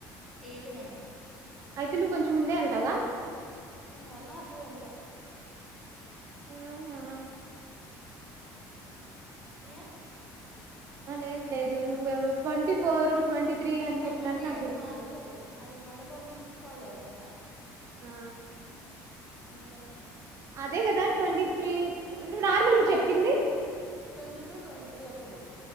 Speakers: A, in the centre; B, on the right.
A: eight nine
B: అయితే నువ్వు కొంచెం ముందే వెళ్తావా
A: వన్నర్ ూ వెల్దా
B: అవునా
A: క
B: లేదు లేదు నువ్ ట్వంటీ ఫోర్ ట్వంటీ త్రీ అని చెప్పినట్టు
A: ఆహా డేట్
B: నాకు గుర్తుంది
A: మార్చారు అది మండపం ఫిక్స్ అవ్వలేదంట
B: ఆ
A: అందుకని
B: అదే కదా ట్వంటీ త్రీ నువ్వు నార్మల్గా
A: ఆ
B: చెప్పింది
A: ట్వంటీ ట్వంటీ ూ ట్వంటీ త్రీ అప్పుడు